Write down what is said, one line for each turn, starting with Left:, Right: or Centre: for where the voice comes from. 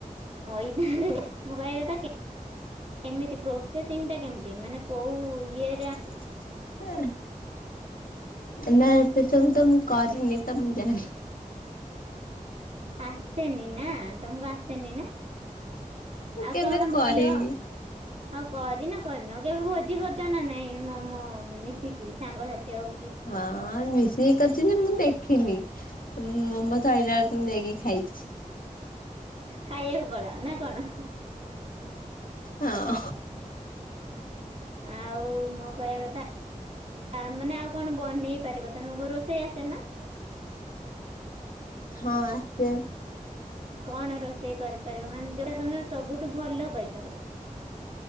Right: ମଇଦାରେ ମୁଁ କହିବାକଥା କେ କେମିତି ପ୍ରୋସେସିଂଟା କେମିତି ମାନେ କୋଉ ଇଏ
Left: <unintelligible> ନା ସେ ସବୁ ତ ମୁଁ କରିନି ତ ମୁଁ ଜାଣିନି।
Right: ଆସେନି ନା? ତମକୁ ଆସେନି ନା ଆଉ
Left: କେବେ
Right: କଣ ଭଲ?
Left: କରିନି।
Right: ହଉ କରିନ କରିନ କେବେ ଭୋଜି କରିଛ ନା ନାଇଁ ମମୋ ମିଶିକି ସାଙ୍ଗସାଥି ଆଉ
Left: ହଁ ମିଶିକି କରିଛି ଯେ ମୁଁ ଦେଖିନି ମୋମୋ ତ ଆଇଲା ବେଳକୁ ମୁଁ ଦେଇକି ଖାଇଛି।
Right: ଖାଇବାକୁ ପଳାଅ ନା କଣ?
Left: ହଁ।
Right: ଆଉ ମୋ କହିବା କଥା ଆ ମାନେ ଆଉ କଣ ବନେଇ ପାରିବ ତମକୁ ରୋଷେଇ ଆସେ ନା?
Left: ହଁ ଆସେ।
Right: କଣ ରୋଷେଇ କରିପାରିବ ମାନେ ଯୋଉଟା ତମେ ସବୁଠୁ ଭଲ କରିପାରିବ।